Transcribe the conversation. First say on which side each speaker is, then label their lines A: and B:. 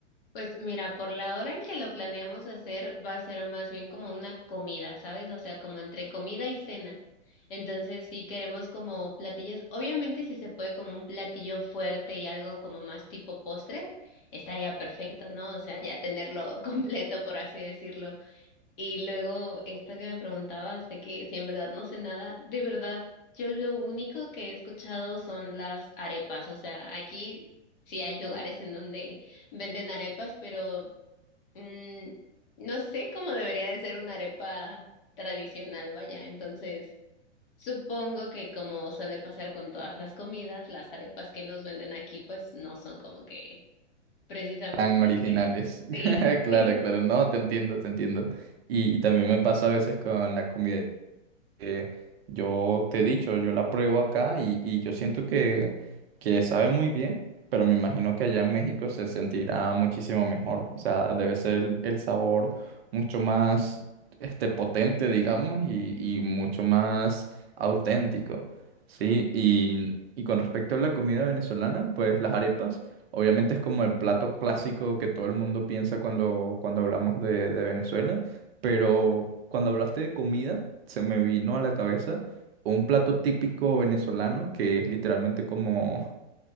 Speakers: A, on the left; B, on the right.
A: Pues mira, por la hora en que lo planeamos hacer, va a ser más bien como una comida, ¿sabes? O sea, como entre comida y cena. Entonces, sí queremos como platillos, obviamente si se puede como un platillo fuerte y algo como más tipo postre, estaría perfecto, ¿no? O sea, ya tenerlo <laughs> completo, por así decirlo. Y luego, esto que me preguntabas de que si en verdad no sé nada, de verdad, yo lo único que he escuchado son las arepas. O sea, aquí sí hay lugares en donde venden arepas, pero mm, no sé cómo debería de ser una arepa tradicional, vaya. Entonces, supongo que como suele pasar con todas las comidas, las arepas que nos venden aquí, pues no son como que precisamente.
B: Tan originales.
A: <laughs>
B: <laughs>
A: Sí.
B: Claro,
A: <laughs>
B: claro, no, te entiendo, te entiendo. Y, y también me pasa a veces con la comida. que yo te he dicho, yo la pruebo acá y, y yo siento que, que sabe muy bien, pero me imagino que allá en México se sentirá muchísimo mejor. O sea, debe ser el, el sabor mucho más este, potente, digamos, y, y mucho más auténtico. Sí, y, y con respecto a la comida venezolana, pues las arepas, obviamente es como el plato clásico que todo el mundo piensa cuando, cuando hablamos de de Venezuela. Pero cuando hablaste de comida, se me vino a la cabeza un plato típico venezolano que es literalmente como,